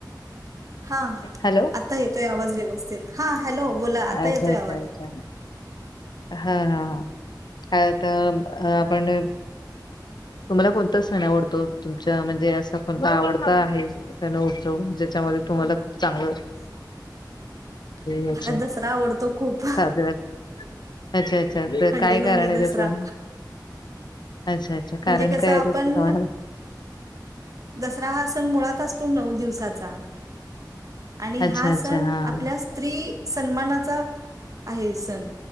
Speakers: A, on the right; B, on the left.
A: हा
B: हॅलो
A: आता येतोय आवाज व्यवस्थित हा. हॅलो बोला आता
B: अच्छा
A: येतोय
B: अच्छा
A: आवाज.
B: अच्छा हा हा ह कायता आपण.. तुम्हाला कोणता सण आवडतो तुमच्या मध्ये असा कोणता आवडता आहे. सण उत्सव जेच्या तुम्हाला तुम्हाला खुप चांग
A: <inaudible>
B: होत
A: मला दसरा आवडतो खूप.
B: साजरा अच्छा अच्छा तर
A: खंडेनवमी
B: काय कारण आहे त्याचं?
A: दसरा
B: अच्छा अच्छा कारण
A: म्हणजे कस
B: काय
A: आपण
B: आहे त्याचं तुम्हाला
A: दसरा हा सण मुळात असतो नऊ दिवसाचा आणि हा
B: अच्छा अच्छा
A: सण
B: हा
A: आपल्या स्त्री सन्मानाचा आहे सण